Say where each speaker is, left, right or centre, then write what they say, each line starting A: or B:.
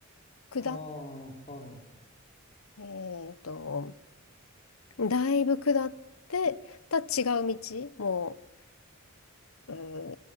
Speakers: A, on the left; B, on the left.
A: 下っ、
B: ああ、はい。
A: えっと、だいぶ下ってた違う道、もう、う